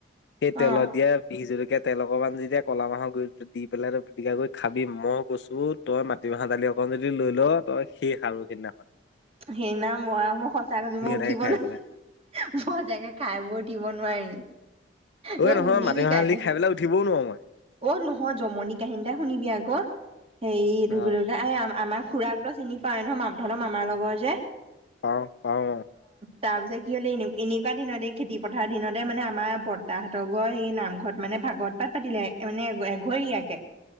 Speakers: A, on the left (about 70°); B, on the right (about 35°).
A: সেই তেলত
B: অ',
A: দিয়া বিহ জলকীয়া তেলত অকণমান যেতিয়া ক'লা মাহৰ গুৰি দি পেলাই তই পিটিকা কৰি খাবিম মই গৈছো তই মাটিমাহৰ দালি অকণ যদি লৈ ল তই শেষ আৰু সিদিনাখন
B: সেইনা মই মই সঁচাক কৈ মই উঠিব
A: লাগে খাই
B: নাই
A: পেলাই
B: মইজেগে খাই বৈ দিব উঠিব নোৱাৰিম।
A: ঐ
B: ব
A: নহয়
B: উুনি
A: মাটিমাহৰ
B: বি কাই
A: দালি খাই পেলাই উঠিবও নোৱাৰো মই
B: অ', নহয় জমনি কাহিনী এটা শুনিবি আকৌ হেৰি এইটো
A: অ
B: এই আমাৰ খুৰাকতো চিনি পোৱাাই নহয় ধৰ মামৰ লগৰ যে
A: পাওঁ পাওঁ
B: তাৰ পিছত কি হলে এনে-এনেকুৱা দিনতে, খেতি পথাৰৰ দিনতে মানে আমাৰ বৰ্তাহতৰ ঘৰ সেই নামঘৰত মানে ম ভাগত পাত পাতিলে মানে এঘৰীয়াকে